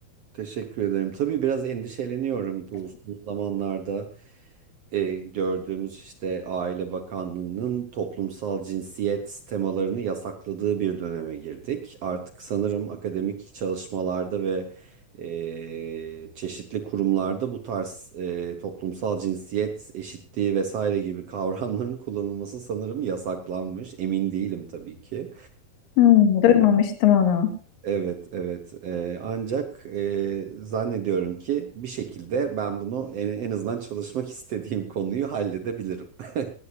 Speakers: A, on the right; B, on the left.
A: Teşekkür ederim. Tabii biraz endişeleniyorum bu, bu zamanlarda e, gördüğümüz işte Aile Bakanlığı'nın toplumsal cinsiyet temalarını yasakladığı bir döneme girdik. Artık sanırım akademik çalışmalarda ve e, çeşitli kurumlarda bu tarz e, toplumsal cinsiyet eşitliği vesaire gibi <laughs> kavramların kullanılması sanırım yasaklanmış. Emin değilim tabii ki.
B: Hmm, duymamıştım onu.
A: Evet, evet. Ee, ancak e, zannediyorum ki bir şekilde ben bunu en, en azından çalışmak istediğim konuyu halledebilirim. <laughs>